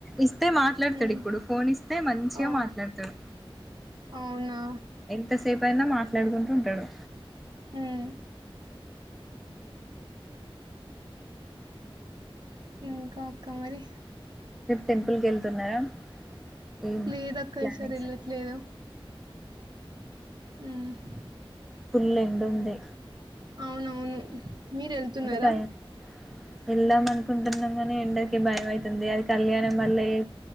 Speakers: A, in the centre; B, on the right.
A: ఇస్తే మా
B: హ్మ్.
A: ఇత్తడు ఇప్పుడు ఫోన్ ఇస్తే మంచిగా
B: ఆ!
A: మాట్లాడతడు
B: అవునా?
A: ఎంతసేపు అయిన మాట్లాడుకుంటూ ఉంటడు
B: అమ్ ఇంకా అక్క మరి
A: టెంపుల్కి వెళ్తున్నారా ఈ
B: లేదక్క
A: ప్లానింగ్స్
B: ఈసారి ఎళ్ళట్లేదు.
A: ఏంటి
B: ఉమ్ హు
A: ఫుల్ ఎండుంది
B: అవునవును మీరు వెళ్తున్నరా
A: భయం వెళ్దాం అనుకుంటున్నాం గనీ ఎండకి భయం అవుతుంది అది కళ్యాణం వల్ల ఎ